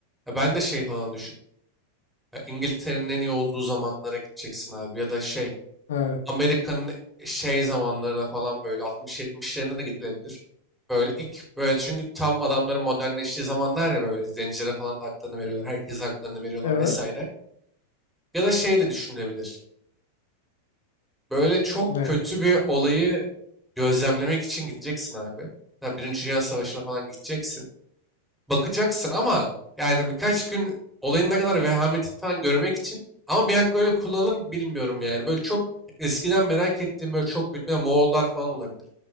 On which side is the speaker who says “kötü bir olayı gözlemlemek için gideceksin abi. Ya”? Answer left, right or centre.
Centre